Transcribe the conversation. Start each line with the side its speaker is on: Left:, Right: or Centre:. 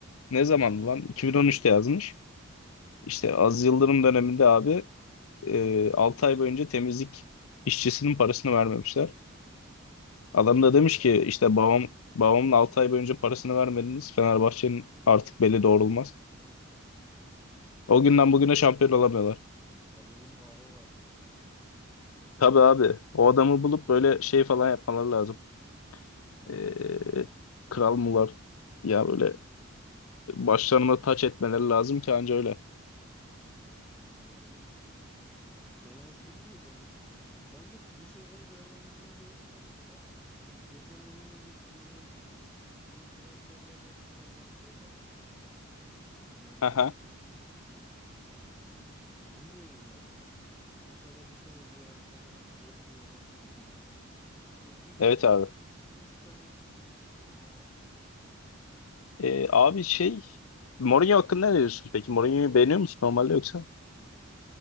Left: Ne zaman lan? 2013'te yazmış. İşte Aziz Yıldırım döneminde abi e, 6 ay boyunca temizlik işçisinin parasını vermemişler. Adam da
Centre: Aha,
Left: demiş ki işte babam babamın 6 ay boyunca parasını vermediniz. Fenerbahçe'nin artık beli doğrulmaz. O günden bugüne şampiyon olamıyorlar.
Centre: adamın ahı var diyorsun.
Left: Tabii abi o adamı bulup böyle şey falan yapmaları lazım. Ee, kral mı var? Ya böyle başlarına taç etmeleri lazım ki anca öyle.
Centre: Anladım. Ya, Fener'deki yani bence bu sezonu değerlendirmem gerekirse mesela Jose Mourinho'ya getirdiler. İyi transferler yaptılar bence bana göre. Yani
Left: Aha,
Centre: eee, bilmiyorum yani. O sene bu sene diyor her sene olmuyorlar. <laughs> Şaka gibi
Left: evet
Centre: ya.
Left: abi.
Centre: Ben olmak istemezdim diyorum ama
Left: Ee, abi şey Mourinho hakkında ne diyorsun peki? Mourinho'yu beğeniyor musun normalde yoksa?